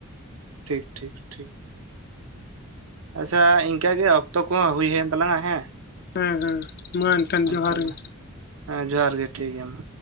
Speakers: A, on the right; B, on the left.
A: ᱴᱷᱤᱠ ᱴᱷᱤᱠ ᱴᱷᱤᱠ ᱟᱪᱪᱷᱟ ᱤᱱᱠᱟᱹ ᱜᱮ ᱚᱠᱛᱚ ᱠᱚᱦᱚᱸ ᱦᱩᱭ ᱦᱮᱭᱮᱱ ᱛᱟᱞᱟᱝᱼᱟ ᱦᱮᱸ
B: ᱦᱮᱸ ᱦᱮᱸ ᱢᱟ ᱮᱱᱠᱷᱟᱱ
A: ᱟᱪᱪᱷᱟ
B: ᱡᱚᱦᱟᱨ
A: ᱢᱟ
B: ᱜᱮ
A: ᱦᱮᱸ ᱡᱚᱦᱟᱨ ᱜᱮ ᱴᱷᱤᱠ ᱜᱮᱭᱟ ᱢᱟ